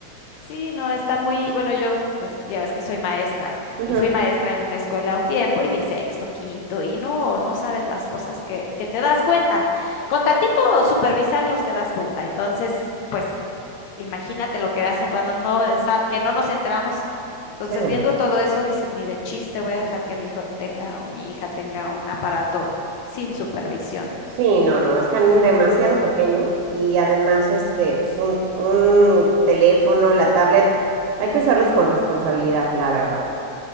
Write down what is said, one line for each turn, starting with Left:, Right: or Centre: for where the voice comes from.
Left: Sí, no, está muy, bueno, yo pues ya ves que soy maestra
Right: Ujú.
Left: y fui maestra en una escuela un tiempo y di sexto, quinto y no, no sabes las cosas que, que te das cuenta. Con tantito supervisarlos te das cuenta. Entonces, pues imagínate lo que hacen cuando no está, que no nos enteramos. Entonces,
Right: Sí, no.
Left: viendo todo eso, dices, ni de chiste voy a dejar que mi hijo tenga o mi hija tenga un aparato sin supervisión.
Right: Sí, no, no, están demasiado pequeños y además este, pues un, un teléfono, la tablet, hay que usarlos con responsabilidad, la verdad.